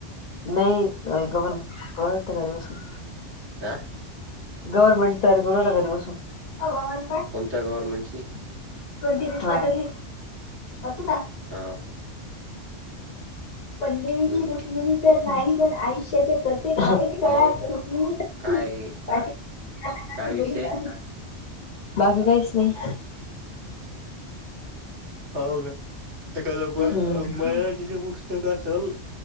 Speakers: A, on the left; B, on the right.
A: नाही गर्मंट त्या घरी बसून.
B: आह
A: गवर्मेटची तयारी करूय ना घरी बसून. <unintelligible>
B: कोणत्या गर्व्हमेंटची?
A: कोणती रील पटवली वाचू का?
B: हो
A: पंडिरीची
B: हम्म
A: रुक्मिणी तर नाही पण आयुष्याच्या प्रत्येक वाईट काळात
B: मग
A: रुक्मिणीसाठी
B: काय
A: पाठीणारे
B: काय विषय
A: बैल आहे. बाकी काहीच नाही.
B: हो का? एखादं
A: हम्म
B: मराठीचे पुस्तक असेल